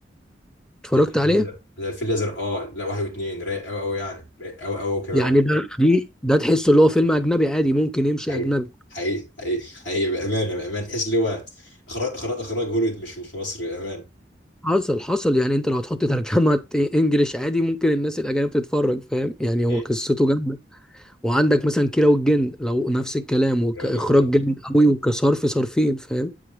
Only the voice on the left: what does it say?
زي الفيل
الازرق زي الفيل الازرق اه لا واحد واثنين رايق قوي قوي يعني رايق قوي قوي كمان
حقيقي
حقيقي حقيقي حقيقي بامانه بامانه تحس اللي هو اخراج اخراج إخراج هوليوود مش مش مصري بامانه
حقيقي
لو جبنا بره